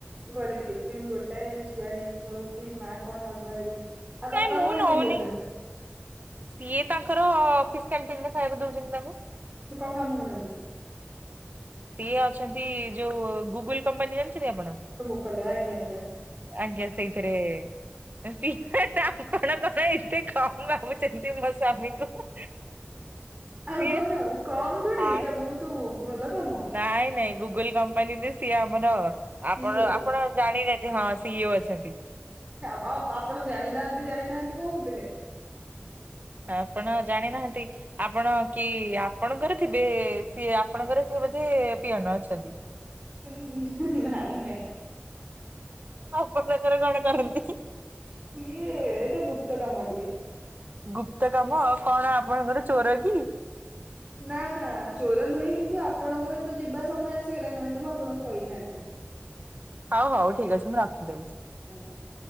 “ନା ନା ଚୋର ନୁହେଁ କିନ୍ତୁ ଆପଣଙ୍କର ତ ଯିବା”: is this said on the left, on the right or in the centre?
Right